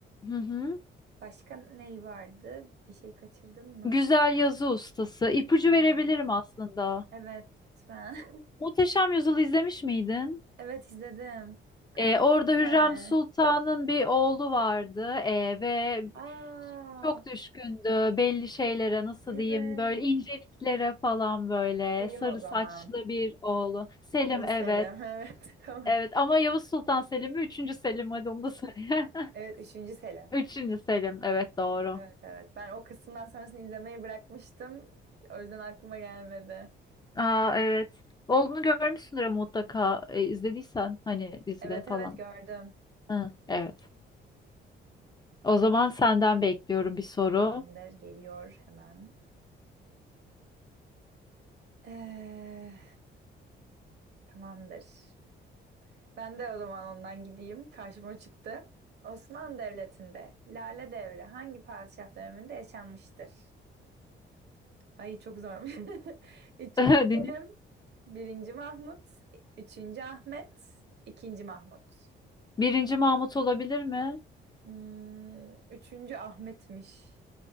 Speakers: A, on the left (about 20°); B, on the right (about 60°).
A: Hı hı.
B: Başka neyi vardı? Bir şey kaçırdım mı?
A: Güzel yazı ustası. İpucu
B: Ha.
A: verebilirim aslında.
B: Evet, lütfen. <laughs>
A: Muhteşem Yüzyıl'ı izlemiş miydin?
B: Evet, izledim. Kanun
A: Ee, orada
B: mi?
A: Hürrem Sultan'ın bir oğlu vardı ee, ve
B: Aa,
A: çok düşkündü belli şeylere nasıl
B: evet.
A: diyeyim böyle inceliklere falan böyle
B: Selim
A: sarı
B: o zaman.
A: saçlı bir oğlu. Selim
B: Sarı
A: evet.
B: Selim. <laughs> Evet, tamam.
A: Evet ama Yavuz Sultan Selim mi? Üçüncü Selim hadi onu da söyle. <laughs>
B: Evet, üçüncü Selim.
A: Üçüncü Selim evet doğru.
B: Evet, evet. Ben o kısımdan sonrasını izlemeyi bırakmıştım. O yüzden aklıma gelmedi.
A: Aa evet. Oğlunu görmüşsündür ama mutlaka e, izlediysen hani dizide
B: Evet
A: falan.
B: evet Tamam. gördüm.
A: Hı, evet. O zaman senden bekliyorum bir soru.
B: Tamamdır geliyor hemen. Ee, tamamdır. Ben de o zaman ondan gideyim. Karşıma o çıktı. Osmanlı Devleti'nde Lale Devri hangi padişah döneminde yaşanmıştır? Ay çok zor. <laughs> Üçüncü
A: <laughs> Dinle.
B: Selim, birinci Mahmut, üçüncü Ahmet, ikinci Mahmut.
A: Birinci Mahmut olabilir mi?
B: Hmm, üçüncü Ahmet'miş.